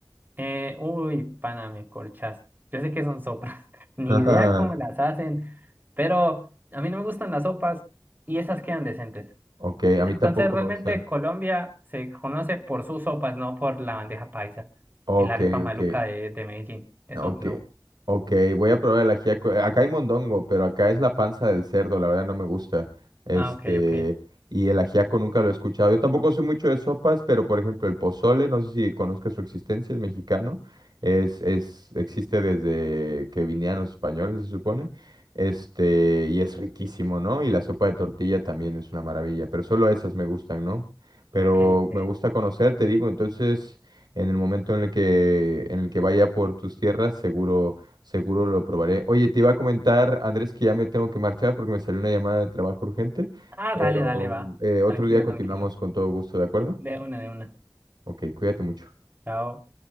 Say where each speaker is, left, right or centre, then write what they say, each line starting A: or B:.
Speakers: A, on the right (about 25°); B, on the right (about 80°).
A: Eh, uy, pana, me corchas. Yo sé que son sopas. <laughs> Ni
B: <laughs>
A: idea cómo las hacen, pero a mí no me gustan las sopas y esas quedan decentes.
B: Ok, a
A: Entonces,
B: mí tampoco
A: realmente
B: me gustan.
A: Colombia se conoce por sus sopas, no por la bandeja paisa
B: Ok,
A: y la arepa maluca
B: ok.
A: de, de Medellín. Eso
B: Ah, Ok,
A: no.
B: ok, voy a probar el ajiaco. Acá hay mondongo, pero acá es la panza del cerdo, la verdad no me gusta. Este,
A: Ah, ok, ok.
B: y el ajiaco nunca lo he escuchado. Yo tampoco soy mucho de sopas, pero por ejemplo el pozole, no sé si conozcas su existencia, es mexicano. Es, es, existe desde que vinieron los españoles, se supone. Este, y es riquísimo, ¿no? Y la sopa de tortilla también es una maravilla, pero solo esas me gustan, ¿no? Pero
A: Ok, ok.
B: me gusta conocer, te digo, entonces... En el momento en el que, en el que vaya por tus tierras, seguro, seguro lo probaré. Oye, te iba a comentar, Andrés, que ya me tengo que marchar porque me salió una llamada de trabajo urgente,
A: Ah,
B: pero
A: dale, dale, va.
B: eh, otro
A: Tranquilo,
B: día continuamos
A: tranquilo.
B: con todo gusto, ¿de acuerdo?
A: De una, de una.
B: Ok, cuídate mucho.
A: Chao.